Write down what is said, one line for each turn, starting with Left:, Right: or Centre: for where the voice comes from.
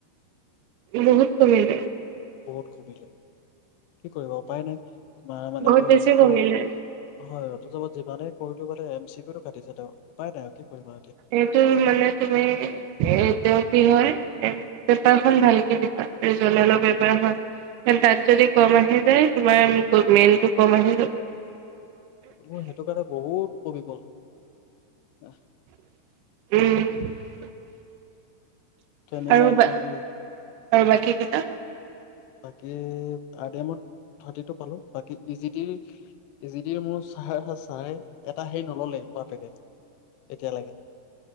Right: বহুত কমিল
Left: বহুত কমিলে কি কৰিব উপায় নাই তোমাৰ মানে
Right: বহুত
Left: কি
Right: বেছি
Left: ৰমটো
Right: কমিলে
Left: হয় <unintelligible> যিমানেই কৰিলো মানে এম চি কিউ কাটিছে দে উপাই নাই কি কৰিবা
Right: এইটো মানে তুমি এইটোয়া কি হয় এ পেপাৰখন ভালকে দিবা ৰিজনেল পেপাৰ খন তাত যদি কম আহি যায় তোমাৰ মেইনটো কম আহি যাব
Left: মোৰ সেইটো কাৰণে বহুত কমি গ'ল আহ
Right: উম
Left: টুৱেণ্টি
Right: আৰু
Left: নাইন
Right: বা
Left: <unintelligible>
Right: আৰু বাকী কেইটা
Left: বাকী আই ডি এমত থাৰ্টিটো পালো বাকী ইজি ডিৰ ই জি ডিৰ মোৰ ছাহ ছাহ এটা হেৰি নল'লে বাপেকে এতিয়ালৈকে